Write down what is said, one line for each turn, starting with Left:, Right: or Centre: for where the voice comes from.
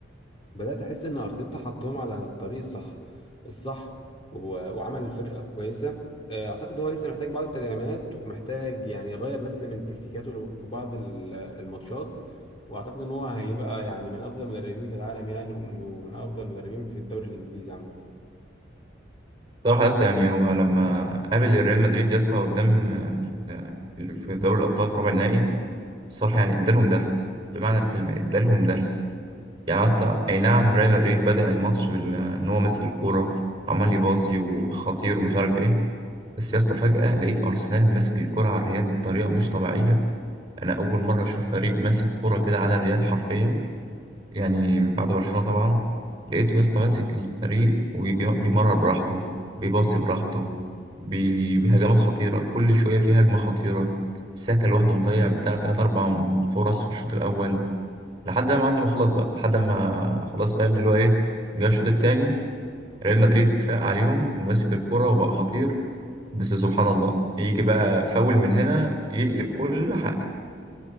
Left: بدأت أحس إن أرتيتا حطهم على الطريق الصح الصح و- وعمل الفرقة كويسة آه، أعتقد هو لسه محتاج بعض التدعيمات ومحتاج يعني يغير بس من تكتيكاته في بعض ال- الماتشات وأعتقد إن هو هيبقى يعني من أفضل المدربين في العالم يعني وم- ومن أفضل المدربين في الدوري الإنجليزي عامة
Right: صراحة يا اسطى يعني هو لما قابل الريال مدريد يا اسطى قدام آه، في ال- في دوري الأبطال في ربع النهائي الصراحة يعني ادالهم درس بمعنى الكلمة ادالهم درس يعني يا اسطى أي نعم ريال مدريد بدأ الماتش بال- إن هو ماسك الكورة وعمال يباصي وخطير ومش عارف إيه بس يا اسطى فجأة لقيت أرسنال ماسك الكورة على الريال بطريقة مش طبيعية أنا أول مرة أشوف فريق ماسك كورة كده على الريال حرفيا يعني بعد برشلونة طبعا لقيته يا اسطى ماسك الفريق وبيمرر براحته بيباصي براحته بي- بهجمات خطيرة كل شوية في هجمة خطيرة ساكا لوحده مضيع بتاع تلات أربع فرص في الشوط الأول لحد ما معلم خلاص بقى لحد ما خلاص فاهم اللي هو إيه جه الشوط التاني ريال مدريد فاق عليهم وماسك الكرة وبقى خطير بس سبحان الله يجي بقى فاول من هنا يقلب كل حاجة